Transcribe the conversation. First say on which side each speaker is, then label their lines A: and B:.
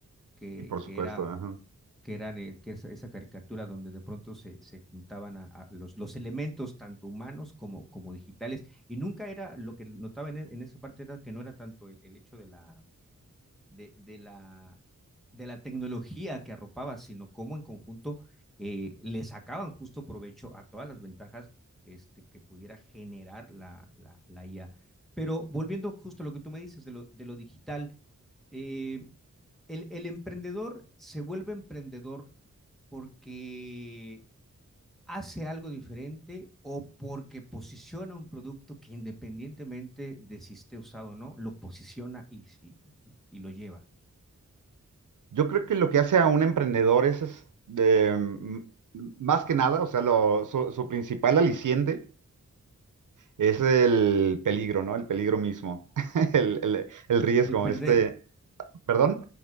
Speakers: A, in the centre; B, on the right (about 75°).
A: que,
B: Sí, por
A: que
B: supuesto.
A: era
B: ajá.
A: que eran eh, que esa, esa caricatura donde de pronto se, se juntaban a, a los, los elementos tanto humanos como, como digitales. Y nunca era, lo que notaba en, e- en esa parte era que no era tanto el, el hecho de la, de, de la, de la tecnología que arropaba, sino cómo en conjunto eh, le sacaban justo provecho a todas las ventajas este, que pudiera generar la, la, la, IA. Pero volviendo justo a lo que tú me dices de lo, de lo digital, eh, el, el emprendedor se vuelve emprendedor porque hace algo diferente o porque posiciona un producto que independientemente de si esté usado o no, lo posiciona y, y, y lo lleva.
B: Yo creo que lo que hace a un emprendedor es, es, de, mm, más que nada, o sea, lo- su, su principal aliciente Es el peligro, ¿no? El peligro mismo, <laughs> el, el- el riesgo,
A: El perder,
B: este, ¿perdón?